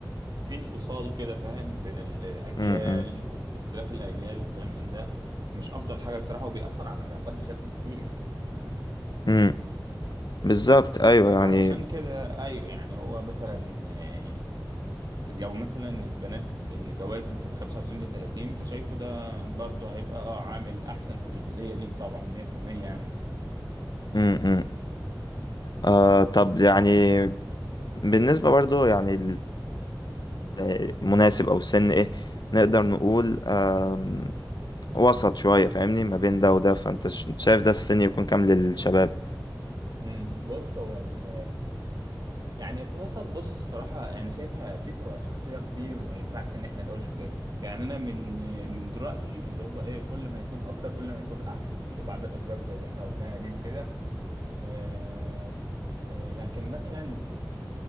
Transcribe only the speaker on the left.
م- م-
م. بالظبط أيوه يعني
م-
م. آه طب يعني بالنسبة برضو يعني المناسب أو السن إيه نقدر نقول آم، وسط شوية فاهمني ما بين ده وده فأنت ش- شايف ده السن يكون كام للشباب؟